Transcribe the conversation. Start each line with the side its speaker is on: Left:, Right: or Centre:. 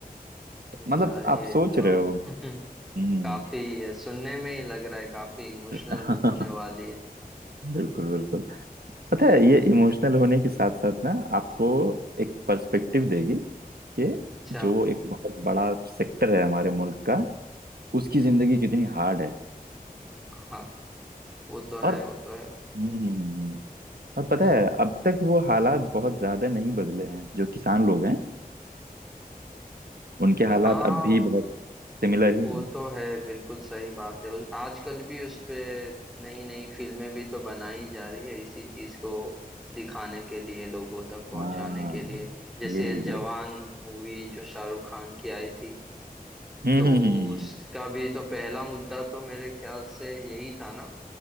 Centre: अरे
Right: मतलब
Centre: यार ये
Right: आप सोच
Centre: तो
Right: रहे हो
Centre: <laughs>
Right: हम्म
Centre: काफी ये सुनने में ही लग रहा है काफी इमोशनल
Right: <laughs>
Centre: बुक होने वाली है
Right: बिल्कुल बिल्कुल पता है ये इमोशनल होने के साथ साथ ना आपको एक पर्सपेक्टिव देगी कि
Centre: अच्छा
Right: जो एक बहुत बड़ा सेक्टर है हमारे मुल्क का उसकी जिंदगी कितनी हार्ड है
Centre: हाँ वो तो है
Right: और
Centre: वो तो है
Right: हम्म हम्म, हम्म, हम्म। और पता है अब तक वो हालात बहुत ज्यादा नहीं बदले हैं जो किसान लोग हैं उनके हालात
Centre: हाँ
Right: अब भी बहुत सिमिलर ही
Centre: वो
Right: हैं
Centre: तो है बिल्कुल सही बात है उस आजकल भी उस पे नई नई फिल्में भी तो बनाई जा रही है इसी चीज को दिखाने के लिए लोगों तक पहुंचाने
Right: हाँ
Centre: के लिए जैसे
Right: यही यही
Centre: जवान मूवी जो शाहरुख खान की आई थी
Right: हम्म
Centre: तो
Right: हम्म हम्म
Centre: उसका भी तो पहला मुद्दा तो मेरे ख्याल से यही था ना